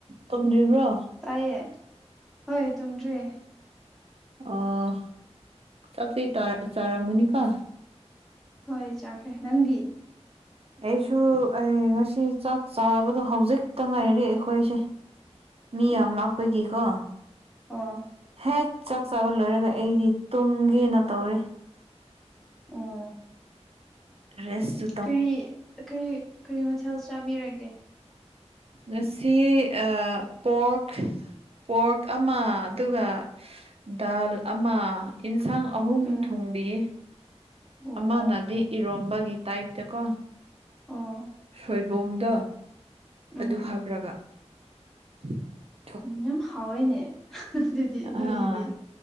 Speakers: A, on the right; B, in the centre.
A: ꯇꯨꯝꯗ꯭ꯔꯤꯕ꯭ꯔꯣ
B: ꯇꯥꯏꯌꯦ ꯍꯣꯏ ꯇꯨꯝꯗ꯭ꯔꯤꯌꯦ
A: ꯑꯣ ꯆꯥꯛꯇꯤ ꯇꯥꯔ ꯆꯥꯔꯝꯃꯅꯤꯀꯣ
B: ꯍꯣꯏ ꯆꯥꯈ꯭ꯔꯦ ꯅꯪꯗꯤ
A: ꯑꯩꯁꯨ ꯑꯩ ꯉꯁꯤ ꯆꯥꯛ ꯆꯥꯕꯗꯣ ꯍꯧꯖꯤꯛꯇ ꯉꯥꯏꯔꯤ ꯑꯩꯈꯣꯏꯁꯦ ꯃꯤ
B: ꯑꯣ
A: ꯌꯥꯝ ꯂꯥꯛꯄꯒꯤꯀꯣ
B: ꯑꯣ
A: ꯍꯦꯛ ꯆꯥꯛ ꯆꯥꯕ ꯂꯣꯏꯔꯒ ꯑꯩꯗꯤ ꯇꯨꯝꯒꯦꯅ ꯇꯧꯔꯤ‌꯫
B: ꯎꯝ
A: ‌ꯍꯦꯁꯁꯨ
B: ꯀꯔꯤ ꯀꯔꯤ ꯀꯔꯤ ꯃꯊꯦꯜ ꯆꯥꯕꯤꯔꯒꯦ꯫
A: ꯉꯁꯤ ꯑ ꯄꯣꯛ ꯄꯣꯛ ꯑꯃ ꯑꯗꯨꯒ ꯗꯥꯜ ꯑꯃ ꯏꯟꯁꯥꯡ ꯑꯍꯨꯝ
B: ꯎꯝ
A: ꯊꯣꯡꯕꯤ꯫
B: ꯑꯣ
A: ꯑꯃꯅꯗꯤ ꯏꯔꯣꯝꯕꯒꯤ ꯇꯥꯏꯞ꯫ ꯇꯀꯣ
B: ꯑꯣ
A: ꯁꯣꯏꯕꯨꯝꯗꯣ
B: ꯎꯝ
A: ꯑꯗꯨ ꯍꯥꯞꯔꯒ꯫ <unintelligible>
B: ꯌꯥꯝ ꯍꯥꯎꯋꯦꯅꯦ ꯑꯗꯨꯗꯤ
A: ꯑꯥ
B: ꯅꯣꯏꯒꯤꯗꯤ꯫